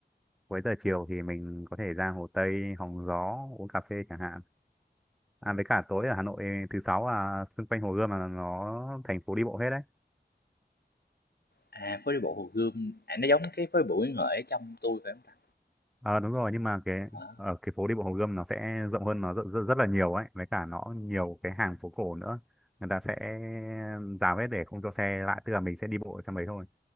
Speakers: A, in the centre; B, on the left (about 65°).
A: cuối giờ chiều thì mình có thể ra Hồ Tây hóng gió uống cà phê chẳng hạn à với cả tối ở Hà Nội thứ sáu là xung quanh Hồ Gươm là nó thành phố đi bộ hết đấy
B: À, phố đi bộ Hồ Gươm, à, nó giống cái phố đi bộ Nguyễn Huệ ở trong Tôi phải không ta?
A: Ờ đúng rồi nhưng mà cái
B: Đó,
A: ở cái phố đi bộ Hồ Gươm nó sẽ rộng hơn nó rất, rất, rất là nhiều ấy với cả nó nhiều cái hàng phố cổ nữa người ta sẽ rào hết để không cho xe lại tức là mình sẽ đi bộ ở trong đấy thôi